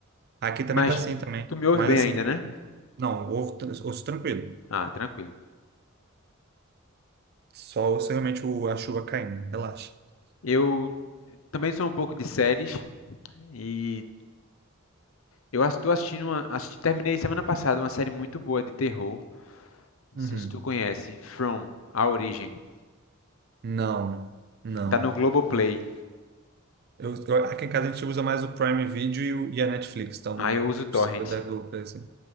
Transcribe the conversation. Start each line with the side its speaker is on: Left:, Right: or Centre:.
Right: Aqui também
Left: Mas
Right: tá assim também.
Left: tu me ouve
Right: Mas
Left: bem
Right: assim,
Left: ainda, né?
Right: não, ouço, tran- ouço tranquilo.
Left: Ah, tranquilo.
Right: Só ouço realmente o, a chuva caindo. Relaxa.
Left: Eu também sou um pouco de séries e eu as- tô assistindo uma, assisti, terminei semana passada uma série muito boa de terror. Não
Right: Uhum.
Left: sei se tu conhece, From, A Origem.
Right: Não, não.
Left: Tá no Globoplay.
Right: Eu, eu- aqui em casa a gente usa mais o Prime Video e, o- e a Netflix, então
Left: Ah, eu uso Torrent.
Right: se for da Globoplay, assim.